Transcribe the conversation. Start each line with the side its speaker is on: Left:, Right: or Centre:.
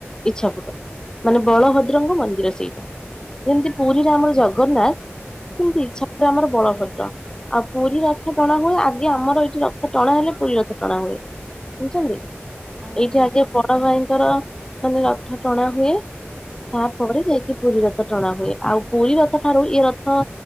Right: ଆଜ୍ଞା
Left: ଇଚ୍ଛାପୁରର। ମାନେ ବଳଭଦ୍ରଙ୍କ ମନ୍ଦିର ସେଇଟା ଯେମିତି ପୁରୀରେ ଆମର ଜଗନ୍ନାଥ
Right: ଆଜ୍ଞା।
Left: ସେମିତି ଇଚ୍ଛା <inaudible> ଆମର ବଳଭଦ୍ର। ଆଉ ପୁରୀ ରଥ ଟଣା ହୁଏ ଆଗେ ଆମର ଏଇଠି ରଥ ଟଣା ହେଲେ ପୁରୀ ରଥ ଟଣା ହୁଏ। ଶୁଣୁଛନ୍ତି
Right: ଓ
Left: ଏଇଠି
Right: ନାଇଁ
Left: ଆଗେ
Right: ଜାଣିନଥିଲି
Left: ବଡ ଭାଇଙ୍କର ମାନେ ରଥ ଟଣା ହୁଏ।
Right: ଆଜ୍ଞା।
Left: ତାପରେ ଯାଇକି ପୁରୀ ରଥ ଟଣା ହୁଏ ଆଉ ପୁରୀ ରଥ ଠାରୁ ଏ ରଥ